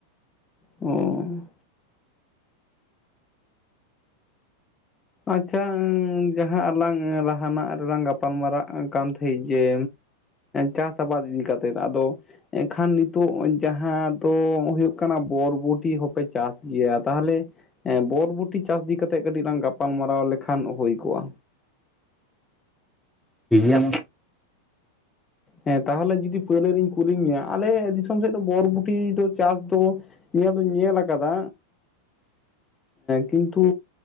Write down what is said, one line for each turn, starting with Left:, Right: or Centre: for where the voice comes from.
Left: ᱚᱻ ᱟᱪᱪᱷᱟ ᱡᱟᱦᱟᱸ ᱟᱞᱟᱝ ᱞᱟᱦᱟᱱᱟᱜ ᱨᱮᱞᱟᱝ ᱜᱟᱯᱟᱞ ᱢᱟᱨᱟᱜ ᱠᱟᱱ ᱛᱟᱦᱮᱸᱜ ᱡᱮ, ᱪᱟᱥ ᱟᱵᱟᱫ ᱤᱫᱤ ᱠᱟᱛᱮᱜ ᱟᱫᱚ ᱮᱱᱠᱷᱟᱱ ᱱᱤᱛᱚᱜ ᱡᱟᱦᱟᱸ ᱫᱚ ᱦᱩᱭᱩᱜ ᱠᱟᱱᱟ ᱵᱚᱨᱵᱚᱴᱤ ᱦᱚᱸᱯᱮ ᱪᱟᱥ ᱜᱮᱭᱟ ᱛᱟᱦᱚᱞᱮ ᱦᱮᱸ ᱵᱚᱨᱵᱚᱴᱤ ᱪᱟᱥ ᱤᱫᱤ ᱠᱟᱛᱮᱜ ᱠᱟᱹᱴᱤᱡ ᱞᱟᱝ ᱜᱟᱯᱟᱞ ᱢᱟᱨᱟᱣ ᱞᱮᱠᱷᱟᱱ ᱦᱩᱭ ᱠᱚᱜᱼᱟ᱾
Centre: ᱴᱷᱤᱠ ᱜᱮᱭᱟ ᱢᱟ᱾
Left: ᱦᱮᱸ ᱛᱟᱦᱚᱞᱮ ᱡᱩᱫᱤ ᱯᱳᱭᱞᱳ ᱨᱤᱧ ᱠᱩᱞᱤ ᱢᱮᱭᱟ ᱟᱞᱮ ᱫᱤᱥᱚᱢ ᱥᱮᱫ ᱫᱚ ᱵᱚᱨᱵᱩᱴᱤ ᱫᱚ ᱪᱟᱥ ᱫᱚ ᱤᱭᱟᱹ ᱫᱩᱧ ᱧᱮᱞ ᱟᱠᱟᱫᱟ
Centre: <inaudible>
Left: ᱠᱤᱱᱛᱩ